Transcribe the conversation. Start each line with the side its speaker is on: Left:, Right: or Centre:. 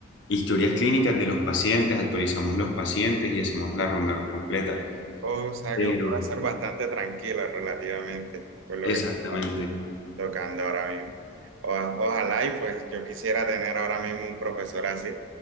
Left: historias clínicas de los pacientes, actualizamos los pacientes y hacemos la ronda completa.
Right: O sea,
Left: Pero,
Right: que un profesor bastante tranquilo relativamente, pues lo
Left: exactamente,
Right: que estoy tocando ahora mismo. O- ojalá y pues yo quisiera tener ahora mismo un profesor así.